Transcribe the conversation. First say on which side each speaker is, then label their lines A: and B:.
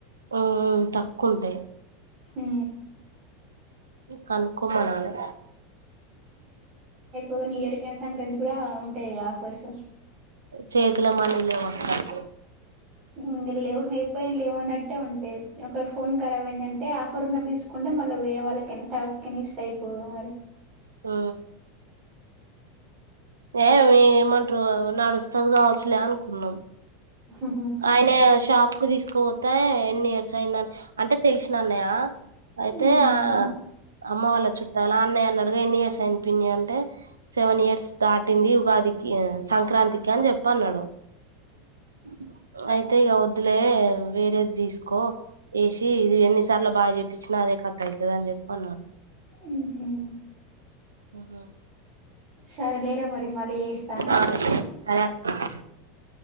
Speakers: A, on the right; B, on the right.
A: ఉమ్ తక్కువ ఉంటాయి
B: ఊ
A: కనుక్కోమనలె
B: ఒక న్యూ ఇయర్ కేనా సంక్రాంతికి కూడా ఉంటయిగా ఆఫర్స్
A: చేతుల మనీ లేవక్క అసలు
B: ఇంగ లేవు ఎప్పుడైనా లేవు అన్నట్టే ఉంటయి ఒకల ఫోన్ కరాబ్ అయిందంటే ఆ ఫో ఫరున తీసుకుంటే మళ్ళ వేరే వాళ్ళకి ఏనా తర్వాతకనిస్తే అయిపోవుగా మరి
A: ఆ ఏ మీ ఏమం రూ నడుస్తది కావచ్చులే అను ఉన్నం
B: మ్మ్
A: ఆయన షాప్ కు తీసుకు కుపోతే ఎన్ని ఇయర్స్ అయిందని అంటే తెలిసిన అన్నయ్య అయితే
B: హ్మ్
A: ఆ అమ్మ వాళ్ళ చుట్టాలు ఆ అన్నయ్య అన్నడుగా ఎన్ని ఇయర్స్ అయింది పిన్ని అంటే సెవెన్ ఇయర్స్ దాటింది ఉగాదికి సంక్రాంతికి అని చెప్పి అన్నాడు <inaudible> అయితే ఇక వద్దులే వేరేది తీసుకో వేసి ఇది ఎన్నిసార్లు బాగా చేప్పించినా అదే కథ అయితది అని చెప్పి అన్నారు
B: ఊహు
A: ఆహ
B: సరే లేరా మరి మళ్ళీ చేస్తా
A: ఆ <inaudible>